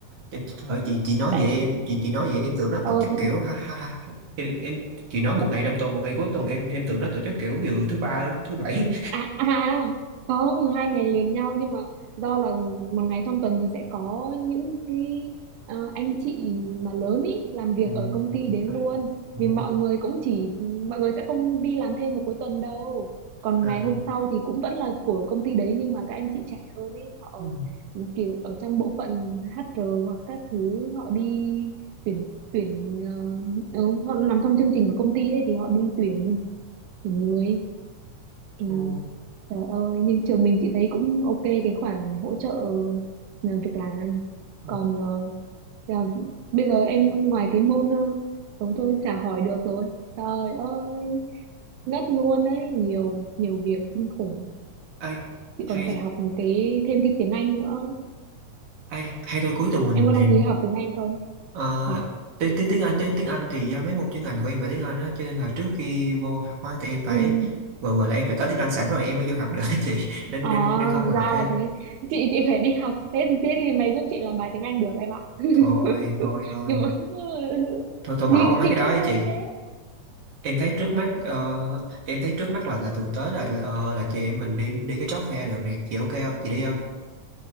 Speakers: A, on the right; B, on the right.
A: à. Trời ơi, chị chị nói
B: tại
A: vậy em chị chị nói vậy em tưởng nó
B: ừ
A: tổ chức kiểu ha, ha, ha. Em, em chị nói một ngày trong tuần một ngày cuối tuần em em tưởng nó tổ chức kiểu ví dụ thứ ba thứ bảy
B: à, à, à, không hai ngày liền nhau nhưng mà do là một ngày trong tuần thì sẽ có những cái ờ, anh chị mà lớn ý làm
A: <laughs>
B: việc
A: ừ,
B: ở công ty đến
A: dạ.
B: luôn
A: ừ,
B: vì mọi người cũng chỉ mọi người sẽ không đi làm thêm vào cuối tuần đâu còn
A: à,
B: ngày hôm sau thì cũng vẫn là của công ty đấy nhưng mà các anh chị trẻ hơn ý họ
A: ừ,
B: kiểu ở trong bộ phận HR hoặc các thứ họ đi tuyển tuyển ờ, ừ, họ nằm trong chương trình của công ty ấy thì họ đi tuyển tuyển người Ừ.
A: ừ.
B: Trời ơi, nhưng trường mình chị thấy cũng ok cái khoản hỗ trợ ờ, việc làm.
A: ừ.
B: Còn ờ, là, bây giờ em ngoài cái môn uh, thôi thôi chả hỏi được rồi. Trời ơi, ngất luôn đấy, nhiều nhiều việc kinh khủng.
A: ai
B: Chị còn
A: hay
B: phải học những cái thêm cái tiếng Anh nữa.
A: ai hay tôi cuối tuần mình
B: Em có
A: này
B: đăng ký học tiếng Anh không?
A: ờ,
B: Hả?
A: tiếng tiếng tiếng Anh tiếng tiếng Anh thì do mấy môn chuyên ngành của em phải tiếng Anh á cho nên là trước khi vô học á thì em phải
B: Ừ.
A: gọi gọi là em phải có tiếng Anh sẵn rồi em mới vô học được á chị <laughs> nên
B: À,
A: nên nên không cần học
B: ra
A: thêm
B: là thế. Chị chị phải đi học. Thế thì thế thì mày giúp chị làm bài tiếng Anh được em ạ. <laughs>
A: thôi thôi thôi
B: Nhưng mà <laughs>
A: thôi thôi bỏ
B: gì
A: qua mấy
B: gì
A: cái đó
B: cũng
A: ấy
B: thôi
A: chị
B: thế.
A: em thấy trước mắt ờ, em thấy trước mắt là là thực tới là ờ, là chị em mình đi đi cái job fair được nè chị ok không chị đi không